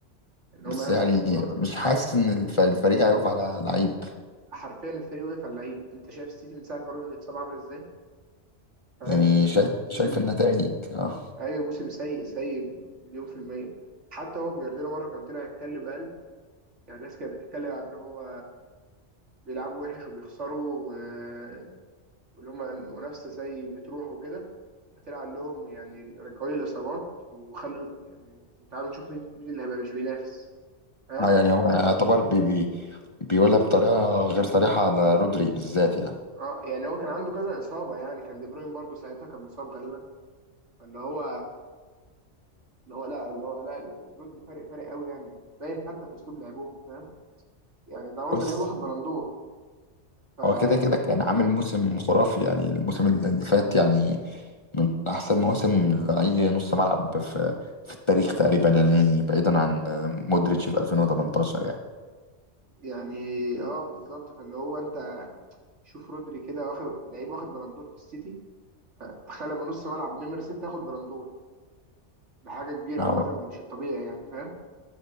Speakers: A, on the right; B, on the left.
A: ان هم
B: بس
A: ياخدوا
B: يعني
A: الكوره
B: مش حاسس ان الف- الفريق هيقف على لعيب
A: حرفيا الفريق واقف على اللعيب انت شايف السيتي من ساعه ما رودري اتصاب عامل ازاي فاهم
B: يعني
A: موسم
B: شايف
A: موسم
B: شايف النتائج اه
A: ايوه موسم سيء سيء مليون في الميه حتى هو جوارديولا مره كان طلع يتكلم قال يعني الناس كانت بتتكلم عن ان هو بيلعبوا وحش وبيخسروا و- واللي هما منافسة زي بتروح وكده هتلعب لهم يعني رجعوا لي الإصابات وخلوا يعني وتعالوا نشوف مين مين اللي هيبقى مش بينافس فاهم؟
B: آه، يعني هو يعتبر بي بي بيقولها بطريقة غير صريحة على رودري بالذات يعني
A: اه يعني هو كان عنده كذا إصابة يعني كان دي بروين برضه ساعتها كان مصاب غالبا فاللي هو اللي هو لا اللي هو لا رودري فارق فارق قوي يعني باين حتى في أسلوب لعبهم فاهم؟ يعني ده برضه
B: بص
A: لعيب واخد بلندور فلو
B: هو كده كده كان عامل موسم خرافي يعني الموسم اللي فات يعني من أحسن مواسم لأي نص ملعب في في التاريخ تقريبا يعني بعيدا عن مودريتش في 2018 يعني
A: يعني اه بالظبط فاللي هو انت شوف رودري كده واخد لعيب واخد بلندور في السيتي تخيل لما نص ملعب نمرة ستة ياخد بلندور ده حاجة كبيرة
B: أهو.
A: عامة ده مش الطبيعي يعني فاهم